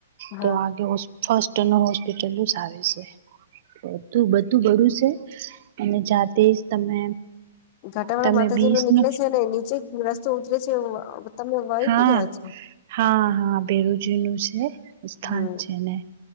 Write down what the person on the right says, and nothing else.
તો આગે હો ફસ્ટ ન હોસ્પિટલ આવે છે બધું બધું બડું છે અને જાતે જ તમે
તમે
બીસ
ન
હા
હા હા બેરોજી નું છે સ્થાન
છે ને